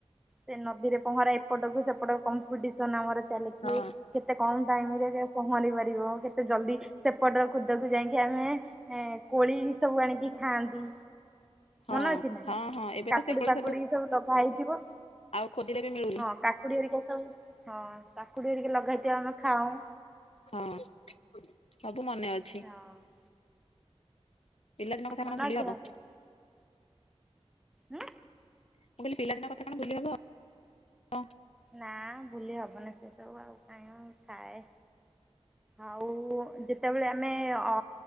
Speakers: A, in the centre; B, on the left.
A: ସେ ନଦୀରେ ପହଁରା ଏପଟକୁ ସେପଟ କମ୍ପିଟିସନ ଆମର ଚାଲିଚି
B: ହଁ
A: କେତେ କମ ଟାଇମ ରେ ପହଁରି ପାରିବ କେତେ ଜଲଦି ସେପଟ କୁଦକୁ ଯାଇକି ଆମେ ଏ କୋଳି ସବୁ ଆଣିକି ଖାଆନ୍ତି।
B: ହଁ
A: ମନେ ଅଛି ନା
B: ହଁ ହଁ ଏବେ
A: କାକୁଡି
B: ତ ସେ କୋଳି
A: ପାକୁଡି ସବୁ ଲଗା ହେଇଥିବ।
B: ଆଉ ଖୋଜିଲେ ବି ମିଳୁନି।
A: ହଁ କାକୁଡି ଘରିକା ସବୁ ହଁ କାକୁଡି ଘରିକା ଲଗାହେଇଥିବ ଆମେ ଖାଉଁ।
B: ହଁ ସବୁ ମନେ ଅଛି।
A: ହଁ।
B: ପିଲାଦିନ କଥା
A: ମନେ
B: କଣ ଭୁଲି
A: ଅଛି
B: ହବ।
A: ନା ସବୁ? ହୁଁ।
B: ମୁଁ କହିଲି ପିଲା ଦିନ କଥା କଣ ଭୁଲି ହବ। ହଁ
A: ନା ଭୁଲି ହବନି ସେ ସବୁ ଆଉ। <unintelligible> ଥାଏ ଆଉ ଯେ ସେତେବେଳେ ଆମେ ଅ